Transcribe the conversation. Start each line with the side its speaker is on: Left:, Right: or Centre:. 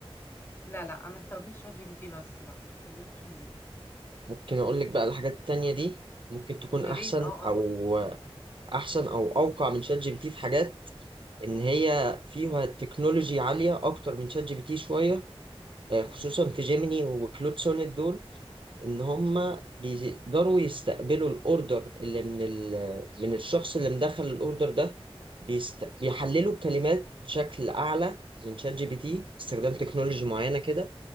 Left: لا لا أنا استخدمت شات جي بي تي بس لا ما استخدمتش الباقي
Right: ممكن اقول لك بقى الحاجات التانية دي ممكن تكون
Left: يا
Right: احسن
Left: ريت اه
Right: او
Left: اه قولي
Right: احسن او اوقع من شات جي بي تي في حاجات ان هي فيها تكنولوجي عالية اكتر من شات جي بي تي شوية آه، خصوصا في جيميني وكلود سونيت دول ان هم بيقدروا يستقبلوا الاوردر اللي من ال... من الشخص اللي مدخل الاوردر ده بيست... بيحللوا الكلمات بشكل اعلى من شات جي بي تي استخدام تكنولوجي معينه كده